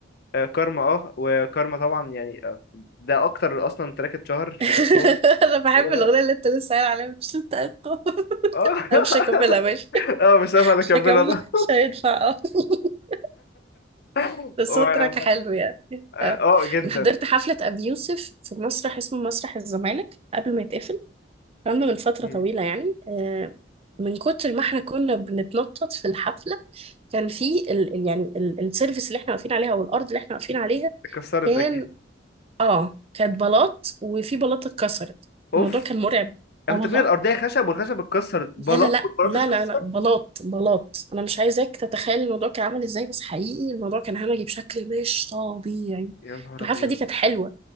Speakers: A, on the left; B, on the right.
A: آه، كارما اه وكارما طبعا يعني آه، ده أكتر أصلا تراك اتشهر في
B: <laughs>
A: الألبوم
B: انا بحب
A: و...
B: الاغنيه اللي انت لسه قايل عليها مش انت أقوى. <laughs>
A: اه <laughs>
B: انا مش هكملها ماشي <laughs>
A: اه مش عارف اكملها
B: مش هكملها
A: ده
B: مش هينفع اه <laughs>
A: <laughs>
B: بس
A: و...
B: هو تراك حلو يعني
A: اه
B: اه
A: جدا
B: انا حضرت حفله ابي يوسف في مسرح اسمه مسرح الزمالك قبل ما يتقفل كان من فتره
A: مم.
B: طويله يعني آه، من كتر ما احنا كنا بنتنطط في الحفله كان في ال ال- يعني ال- السيرفيس اللي احنا واقفين عليها او الارض اللي احنا واقفين عليها
A: اتكسرت
B: كان
A: اكيد
B: اه كانت بلاط وفي بلاطه اتكسرت
A: اوف
B: الموضوع كان مرعب
A: انا
B: اه والله
A: كنت فاكر الارضيه خشب والخشب اتكسرت بلاط
B: لا لا لا
A: والبلاط
B: لا
A: اتكسر
B: لا لا بلاط بلاط انا مش عايزاك تتخيل الموضوع كان عامل ازاي بس حقيقي الموضوع كان همجي بشكل مش طبيعي
A: يا نهار
B: الحفله
A: ابيض
B: دي كانت حلوه